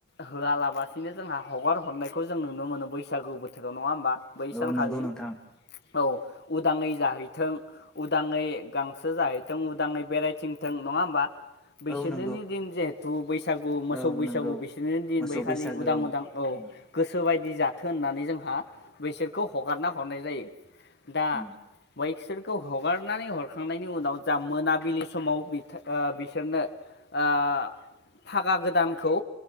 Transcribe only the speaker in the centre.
औ
नंगौ नोंथां
औ नंगौ
औ
नंगौ
मोसौ
बैसागो
उम
उम